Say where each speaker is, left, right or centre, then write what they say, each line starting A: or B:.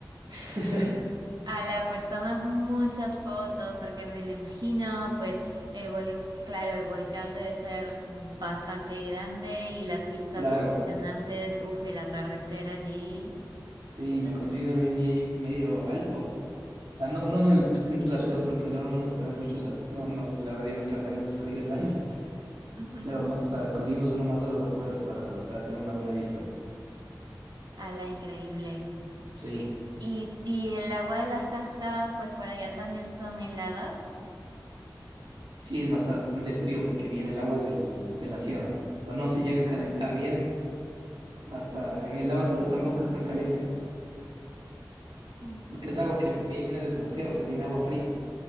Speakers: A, on the right; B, on the right.
A: <laughs>
B: Sí. Ala, pues tomas muchas fotos porque me lo imagino, pues el vol- claro, el volcán debe ser bastante grande y las vistas
A: Claro.
B: impresionantes, uf, el atardecer allí,
A: Sí, me conseguí un Airbnb ahí medio alto. O sea, no, no en el centro de la ciudad porque eso no nos atrae mucho. O sea, no, no, la verdad yo no tengo ganas de salir en baños.
B: Ujú.
A: Pero, ma- o sea, conseguimos uno más a las afueras para ta- tener una buena vista.
B: ala, increíble.
A: Sí,
B: Y, y el agua de las cascadas, pues por allá también son heladas,
A: sí, es bastante frío porque viene el agua del, de la sierra. O sea, no se llega a calentar bien. Hasta en el Amazonas tampoco es tan caliente,
B: Mm.
A: porque es agua que viene desde la sierra, o sea, viene agua fría.